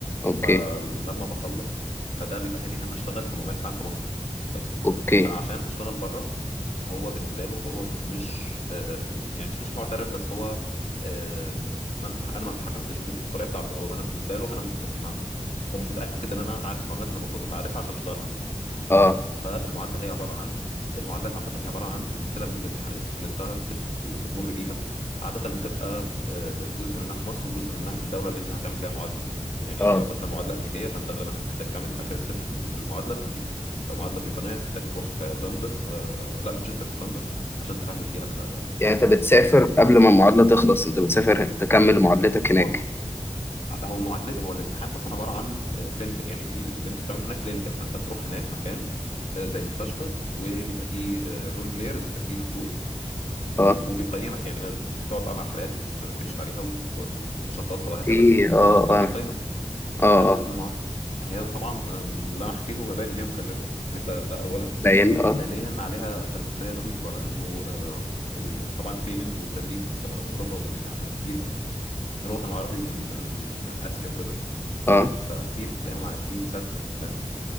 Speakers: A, on the left; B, on the left.
A: اوكي
B: فلما بخلص فده بيؤهلني ان انا اشتغل كممارس عام في مصر بس
A: اوكي
B: فانا عشان اشتغل بره فهو بالنسبه له هو مش آه، يعني مش مش معترف بس هو آه، ما امتح... انا ما امتحنتش بت- بالطريقه بتاعته او انا بالنسبه له انا ما... ما... هو مش متاكد ان انا عارف المعلومات اللي المفروض ابقى عارفها عشان اشتغل عنده
A: اه
B: فالمعادله هي عباره عن المعادلات عامة هي عبارة عن سلسلة من الامتحانات اللي انت بت... بتمر بيها عادة بتبقى آه، جزء منها في مصر وجزء منها في الدولة اللي انت هتعمل فيها المعادلة يعني
A: اه
B: لو مثلا معادلة أمريكية فانت غالبا هتحتاج تعمل آخر ستيب في ال- في المعادلة في أمريكا لو معادلة بريطانية هتحتاج تروح آه، لندن آه، لا مانشستر مش لندن عشان تعمل فيها
A: يعني
B: البارت
A: انت بتسافر
B: 2
A: قبل ما المعادلة تخلص انت بتسافر تكمل معادلتك هناك
B: هو هو معادلة هو الامتحان اصلا عباره عن كلينيكال يعني ال- اللي انت بتعمله هناك كلينيكال فانت بتروح هناك مكان آه، زي مستشفى وبيبقى فيه رول بلايرز وبيبقى فيه دكتور
A: اه
B: وبيقيمك يعني بتقعد بقى مع الحالات وتكشف عليها و- وتشخصها وهكذا
A: ايه اه
B: والدكتور
A: اه
B: بيقيمك
A: اه
B: ده جزء
A: اه
B: من المعادله فهي طبعا آه، من اللي انا حكيته هو باين ان هي مكلفه <laughs> ده ده اولا
A: باين اه
B: ثانيا عليها تنافسيه رهيبه لانه آه، ال- طبعا البيمنت والتدريب في في اوروبا وفي امريكا احسن كتير من من الوطن العربي ومن آه، من اسيا وكده
A: اه
B: فكتير بتلاقيهم عايزين يسافروا يعني فاهم